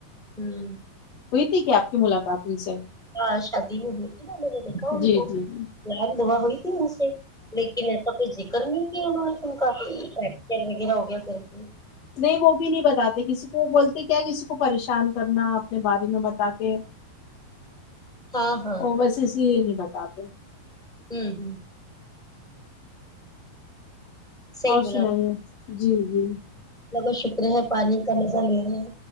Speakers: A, in the centre; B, on the left (about 50°).
A: ہوں
B: ہوئی تھی کہ آپ کی ملاقات ان سے
A: ہاں شادی میں ہوئی تھی نا میں نے دیکھا ان
B: جی
A: کو
B: جی جی
A: سلام دعا ہوئی تھی ان سے لیکن ایسا کوئی ذکر نہیں کیا انہوں نے کیوں کا فیکچر وغیرہ ہو گیا کر کے
B: نہیں وہ بھی نہیں بتاتے کسی کو بولتے کیا کسی کو پریشان کرنا اپنے بارے میں بتا کے
A: ہاں ہاں
B: ا بس اسے یہ نہیں بتاتا
A: ہ ہوں صحیح
B: اور
A: بولا
B: سنائیے جی جی
A: اللہ کا شکر ہے پانی کا مزہ لے رہے ہیں